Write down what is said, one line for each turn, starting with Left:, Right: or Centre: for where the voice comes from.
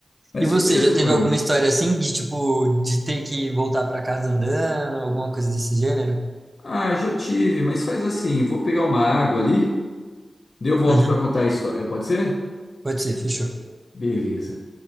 Left: Mas
Right: E você,
Left: firmeza,
Right: já teve
Left: mano.
Right: alguma história assim de tipo, de ter que voltar pra casa andando, alguma coisa desse gênero?
Left: Ah, já tive, mas faz assim, vou pegar uma água ali, daí eu volto
Right: Uhum,
Left: pra contar a história, pode ser?
Right: pode ser, fechou.
Left: Beleza.